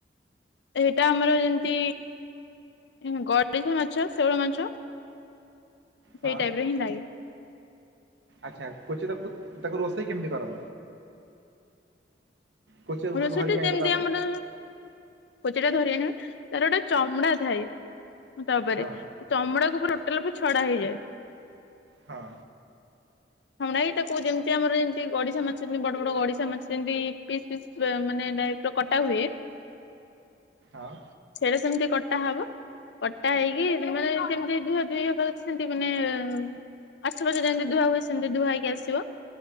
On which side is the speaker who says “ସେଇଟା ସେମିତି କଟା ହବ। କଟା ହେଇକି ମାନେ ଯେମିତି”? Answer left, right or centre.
Left